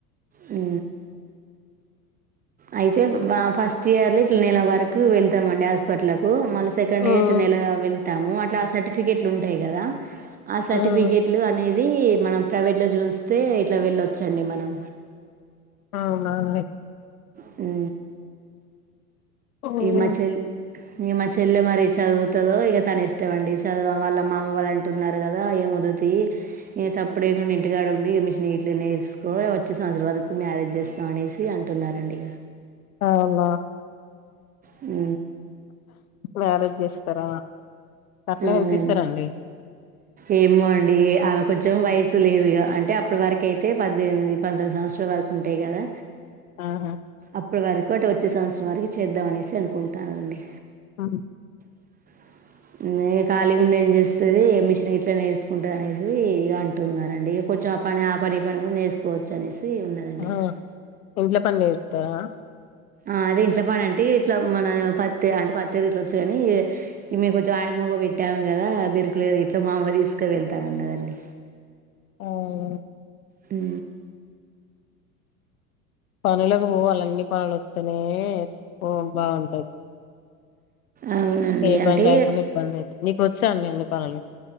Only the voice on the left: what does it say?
మ్మ్
మ్మ్
అవున అండి
మ్మ్
అవునా
మ్యారేజ్ చేస్తారా కట్నం
ఎంత ఇస్తారండి
ఆహా
అ
ఆ
ఇంట్ల పని నేర్పు తారా
అవునా
పనులక్ పో వలే అన్ని పనులు వత్తనే ఓ బాగుంటాయి
ఏ పని
రాకుంన్న ఇబ్బంది అయితది నీకు వచ్చా అండి అన్ని పనులు